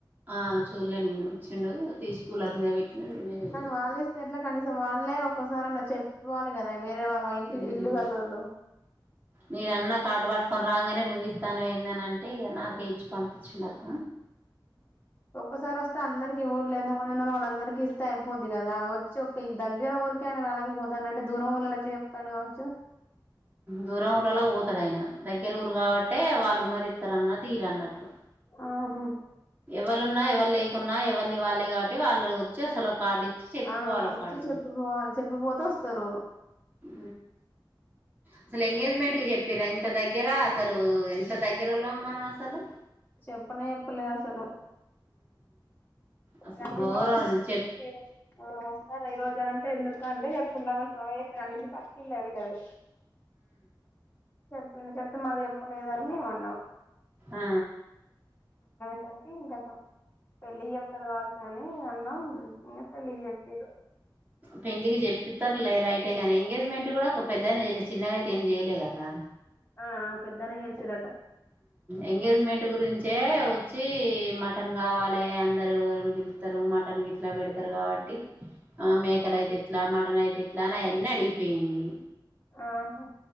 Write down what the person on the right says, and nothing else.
ఆ చూడలే నేను ఇచ్చిండు తీసి కూలర్ మీద పెట్టిన లేదు
లేదు.
ఉమ్
నేనన్న కార్డు పట్టుకొని రాగానే నువ్వు ఇత్తనవెందీ అని అంటే ఇగ నాకే ఇచ్చి పంపించిండు అక్
దూరం ఊరళ్లళ్లకు పోతాడయన దగ్గర ఊరు కాబట్టే వాళ్ళు ఉన్న రితరన్న దిీర అన్నట్టు
ఎవ్వలున్న ఎవల్లేకున్నా ఎవ్వాలద్ది వాళ్ళే కాబట్టి వాళ్ళు వచ్చి అసలు ఒ కార్డు ఇచ్చి చెప్పిపోవాలి
ఒక
అడుగు
హు అసలు ఎంగేజ్మెంట్ కి చెప్పరాా ఇంత దగ్గర అసలు ఎంత దగ్గరోల్లం మనం అసలు
అసలు
ఘోరం
చెప్
ఆ
పెండ్లికి జెప్పిత్తార్ లే రైటే గానీ ఎంగేజ్మెంట్ గూడా ఒక పెద్దనే చేసేది చిన్నగైతే ఏం చేయలే కదా.
ఎంగేజ్మెంట్ గురించే వచ్చి మటన్ కావాలే అందరు ఎవర్ పిల్ తారు మటన్ గిట్లా పెడ్ తరు కావట్టి ఆ మేకలైతెట్లా మటనైతెట్లా అని అయన్నీ అడిగిపోయ్ంది.